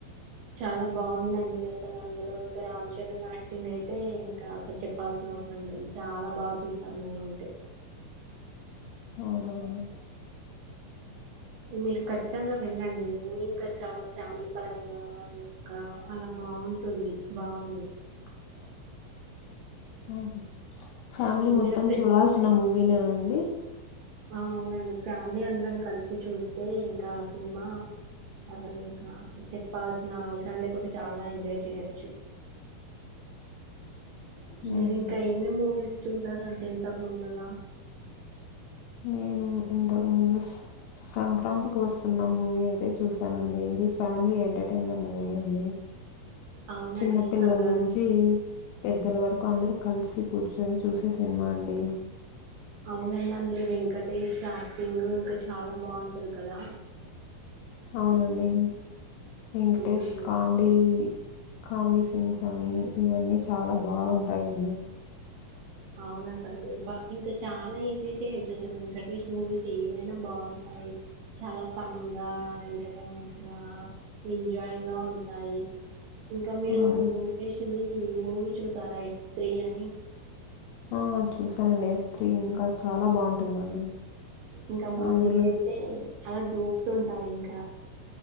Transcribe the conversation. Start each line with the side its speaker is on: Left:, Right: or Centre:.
Right: చాలా బాగుందండి అసలు అందులో ఇంకా రామ్ చరణ్ యాక్టింగ్ అయితే ఇంకా అసలు చెప్పాల్సిన అవసరం లేదు చాలా బాగా తీసారు మూవీ అయితే
Left: అవున అండి
Right: మీక్ కచ్ తంగా వెళ్ళండి మువీ ఇంకా చాలా ఫ్యామిలీ పరంగా ఇంకా అలా బాగుంటుంది బాగుంది
Left: స మ్ ఫ్యామిలీ మొత్తం
Right: మీరు ఫ్రెండ్స్
Left: చూడాల్సిన మూవీనేనండి
Right: ఆ అవునండి ఫ్యామిలీ అందరం కలిసి చూస్తే ఇంకా సినిమా అసలు ఇంకా చెప్పాల్సిన అవసరం లేకుండా చాలా ఎంజాయ్ చేయోచ్చు మీరు
Left: అవును
Right: ఇంకా ఏమేమీ మూవీస్ చూసారండి ఇంతకు ముందులా
Left: నేను ఇంతకు ముందు సంక్రాంతికోస్తున్నం మూవీ అయితే చూశానండి ఇది ఫ్యామిలీ ఎంటర్టైనర్ మూవీ అండి
Right: అవునండి
Left: చిన్న పిల్లల్నుంచి
Right: సంక్రాంతి
Left: పెద్దల వరకు అందరు కలిసి కూర్చొని చూసే సినిమా అండి
Right: అవునండి అందులో వెంకటేష్ యాక్టింగ్ ఇంకా చాలా బాగుంటది కదా
Left: అవునండి వెంకటేష్
Right: ఉమ్,
Left: కామెడీ కామెడీ సీన్స్ అని ఇవన్నీ చాలా బాగుంటాయండి
Right: అవును అసలు ఇంకా చాలా ఎంజాయ్ చేయ్యొచ్చు అసలు వెంకటేష్ మూవీస్ ఏదైనా బాగుంట యి చాలా ఫన్గా ఎంటర్టైన్మెంట్ గా ఎంజాయ్ గా ఉంటాయి ఇంకా మీరు
Left: అవును
Right: వెంకటేష్ది మూవీ చూసారా ఎఫ్ త్రి అని
Left: ఆ చూసానండి ఎఫ్ త్రి ఇంకా చాలా బాగుంటుందండి
Right: ఇంకా మూవీ
Left: అందులో
Right: అయితే చాలా జోక్స్ ఉంటాయి ఇంకా